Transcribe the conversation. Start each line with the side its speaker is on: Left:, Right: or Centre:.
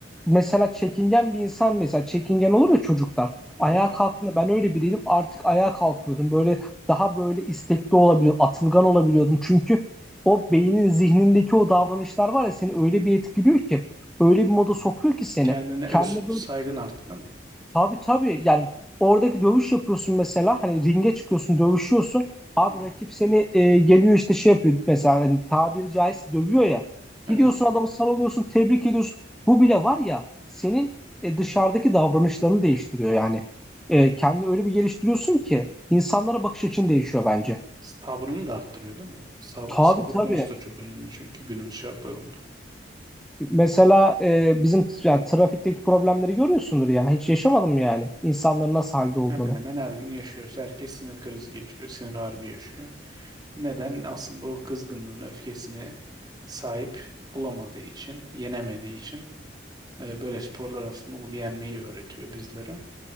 Centre: mesela çekingen bir insan mesela çekingen olur ya çocuklar.
Right: Hı
Centre: Ayağa
Right: hı.
Centre: kalktığında ben öyle biriydim artık ayağa kalkıyordum. Böyle daha böyle istekli olabiliyordum, atılgan olabiliyordum. Çünkü o beynin zihnindeki o davranışlar var ya seni öyle bir etkiliyor ki öyle bir moda sokuyor ki seni.
Right: Kendine
Centre: Kendine
Right: öz saygın
Centre: böyle
Right: arttı değil mi?
Centre: Tabii tabii yani oradaki dövüş yapıyorsun mesela hani ringe çıkıyorsun dövüşüyorsun abi
Right: Hı hı.
Centre: rakip seni e, geliyor işte şey yapıyor mesela hani tabiri caizse dövüyor ya
Right: Evet.
Centre: gidiyorsun adamı sarılıyorsun tebrik ediyorsun bu bile var ya senin e, dışarıdaki davranışlarını değiştiriyor yani e, kendini öyle bir geliştiriyorsun ki insanlara bakış açın değişiyor bence.
Right: Sabrını da arttırıyor değil mi? Sab-
Centre: Tabii
Right: sabır
Centre: tabii
Right: konusu da çok önemli çünkü günümüz şartlarında.
Centre: mesela e, bizim yani, trafikteki problemleri görüyorsundur ya hiç yaşamadım yani insanların nasıl halde olduğunu.
Right: Hemen hemen her gün yaşıyoruz. Herkes sinir krizi geçiriyor, sinir harbi yaşıyor. Neden? Aslında o kızgınlığın öfkesine sahip olamadığı için, yenemediği için e, böyle sporlar aslında bunu yenmeyi öğretiyor bizlere.